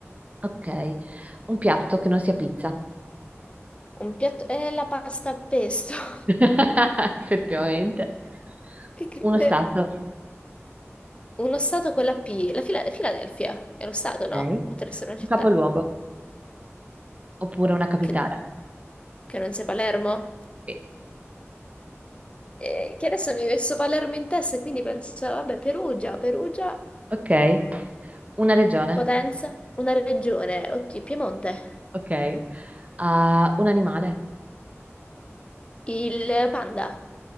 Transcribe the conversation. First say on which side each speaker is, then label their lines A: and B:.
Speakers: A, on the right (about 30°); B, on the left (about 25°).
A: Ok. Un piatto che non sia pizza.
B: un piatto... È la pasta al pesto.
A: <laughs>
B: <laughs>
A: Effettivamente.
B: E che-
A: Uno stato.
B: eh, Uno stato con la P. La Fila- Filadelfia. È lo stato, no?
A: Ok.
B: O deve essere una
A: Un
B: città.
A: capoluogo oppure una capitale.
B: che, che non sia Palermo?
A: Sì.
B: E che adesso mi hai messo Palermo in testa e quindi penso, vabbè, Perugia, Perugia,
A: Ok. Una regione.
B: Potenza, una regione, oddio, Piemonte,
A: Ok. Ah, un animale.
B: il panda,